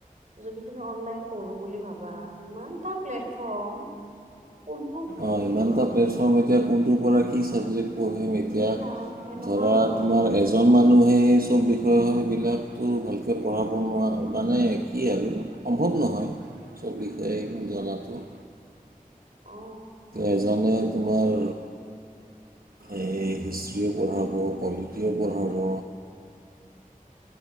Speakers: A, on the right; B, on the right.
A: যদি তুমি অনলাইন পঢ়ো বুলি ভাবা ইমানটা প্লেটফৰ্ম কোনটো
B: অহ, ইমানটা
A: অ,
B: প্লেটফৰ্ম এতিয়া কোনটোৰ পৰা কি ছাবজেক্ট পঢ়িম এতিয়া
A: কি চাম সেনেকুৱা
B: ধৰা
A: হয়
B: তোমাৰ এজন মানুহেই এই চব বিষয়বিলাকতো ভালকৈ পঢ়াব নোৱাৰা মানে কি আৰু সম্ভৱ নহয়। চব বিষয়ে ইমান জনাটো
A: অ
B: এজনে তোমাৰ এই হিষ্ট্ৰিও পঢ়াব, পলিটিও পঢ়াব।